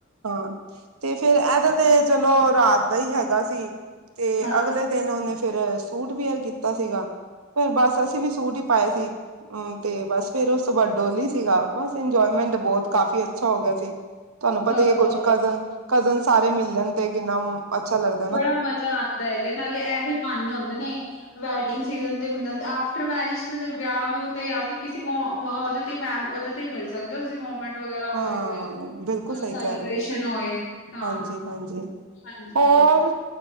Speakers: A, on the right; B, on the left.
A: ਹਾਂ ਤੇ ਫੇਰ ਏਦਾਂ ਤੇ ਚਲੋ ਰਾਤ ਦਾ ਈ ਹੈਗਾ ਸੀ ਤੇ
B: ਹਾਂ
A: ਅਗਲੇ ਦਿਨ ਉਹਨੇ ਫੇਰ ਸੂਟ ਵੀਅਰ ਕੀਤਾ ਸੀਗਾ ਫਿਰ ਬਸ ਅਸੀਂ ਵੀ ਸੂਟ ਈ ਪਾਏ ਸੀ। ਹੂੰ, ਤੇ ਬਸ ਫੇਰ ਉਸ ਤੋਂ ਬਾਅਦ ਡੋਲੀ ਸੀਗਾ ਬਸ ਇੰਜੋਏਮੈਂਟ ਬਹੁਤ ਕਾਫੀ ਅੱਛਾ ਹੋ ਗਿਆ ਸੀ। ਤੁਹਾਨੂੰ ਪਤਾ
B: ਚਲੋ
A: ਈ ਐ ਕੁਝ ਕਜ਼ਨ ਕਜ਼ਨ ਸਾਰੇ ਮਿਲਣ ਤੇ ਕਿੰਨਾ ਅੱਛਾ ਲੱਗਦਾ ਨਾ
B: ਬੜਾ ਮਜ਼ਾ ਆਂਦਾ ਹੈਗਾ ਨਾਲੇ ਇਹ ਹੀ ਬਹਾਨੇ ਹੁੰਦੇ ਨੇ ਵੈਡਿੰਗ ਸੀਜਨ ਤੇ ਮਿਲਣ ਆਫਟਰ ਮੈਰਿਜ ਵਿਆਹ ਵਿਊ ਤੇ ਜਾਂ ਫਿਰ ਕਿਸੇ ਓ ਓ ਤੇ ਮੈਮ ਉਦੇ ਤੇ ਹੀ ਮਿਲ ਸਕਦੇ ਓ ਤੁਸੀਂ ਮੂਵਮੈਂਟ ਵਗੈਰਾ
A: ਹਾਂ
B: ਹੋਏ ਕੋਈ
A: ਬਿਲਕੁਲ ਸਹੀ
B: ਸੈਲੀਬ੍ਰੇਸ਼ਨ
A: ਕਹਿ ਰਹੇ ਹੋ
B: ਹੋਏ ਤਾਂ
A: ਹਾਂਜੀ ਹਾਂਜੀ
B: ਹਾਂਜੀ
A: ਹੋਰ
B: ਹਾਂਜੀ।